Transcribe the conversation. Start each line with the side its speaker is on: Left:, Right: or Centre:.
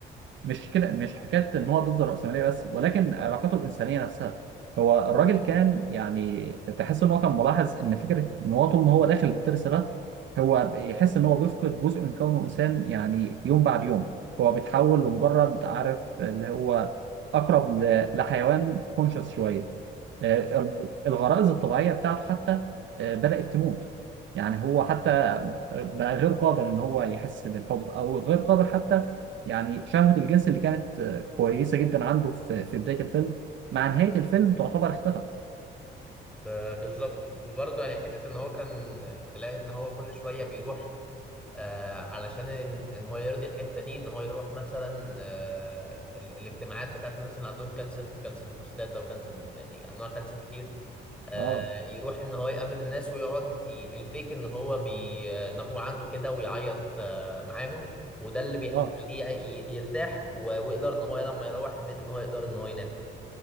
Right: مش كده مش حكايه ان هو ضد الراسماليه بس ولكن علاقاته الانسانيه نفسها هو الراجل كان يعني تحس ان هو كان ملاحظ ان فكره ان هو طول ما هو داخل الترس ده هو يحس ان هو بيفقد جزء من كونه انسان يعني يوم بعد يوم هو بيتحول لمجرد عارف اللي هو اقرب ل- لحيوان كونشس شويه آه، الغرائز الطبيعية بتاعته حتى آه، بدأت تموت يعني هو حتى بقى غير قادر ان هو يحس بالحب او غير قادر حتى يعني شهوة الجنس اللي كانت آه، كويسة جدا عنده في في بداية الفيلم مع نهاية الفيلم تعتبر اختفت
Centre: ب- بالظبط وبرضه يعني حتة إن هو كان تلاقي إن هو كل شوية بيروح آه علشان إن, إن هو يرضي الحتة دي إن هو يروح مثلا آه ال- الاجتماعات بتاعت الناس اللي عندهم كانسر كانسر البروستاتا وكانسر يعني أنواع كانسر كتير آه
Right: اه
Centre: يروح إن هو يقابل الناس ويقعد ي- يفيك إن هو بي إن هو عنده كده ويعيط آه معاهم وده اللي بيخليه
Right: اه
Centre: ي- يرتاح و- ويقدر إن هو لما يروح البيت إن هو يقدر إن هو ينام.